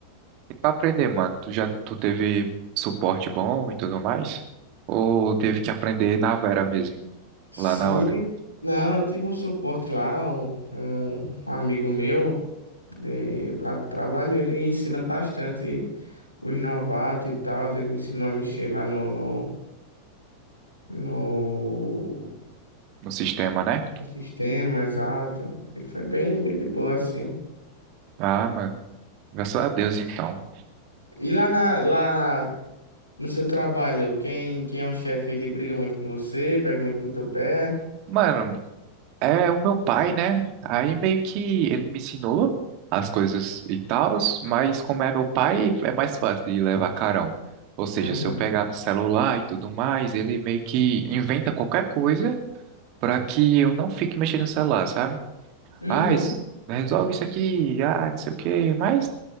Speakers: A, on the right; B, on the left.
A: E Pra aprender, mano, tu já tu teve suporte bom e tudo mais? Ou teve que aprender na vera mesmo,
B: Sim,
A: lá na hora?
B: não, eu tive um suporte lá, um, um amigo meu de lá do trabalho, ele ensina bastante os novatos e tal, ele me ensinou a mexer lá no, no, no
A: No sistema, né?
B: O sistema, exato. E foi bem, bem de boa, assim.
A: Ah, mano. Graças a Deus, então.
B: E lá, na, lá no seu trabalho, quem, quem é o chefe, ele briga muito com você, pega muito no teu pé.
A: Mano, É o meu pai, né? Aí meio que ele me ensinou as coisas e tals, mas como é meu pai, é mais fácil de levar carão. Ou seja,
B: Uhum.
A: se eu pegar no celular e tudo mais, ele meio que inventa qualquer coisa para que eu não fique mexendo no celular, sabe?
B: Uhum.
A: Ah, isso- resolve isso aqui, ah, não sei o quê, mas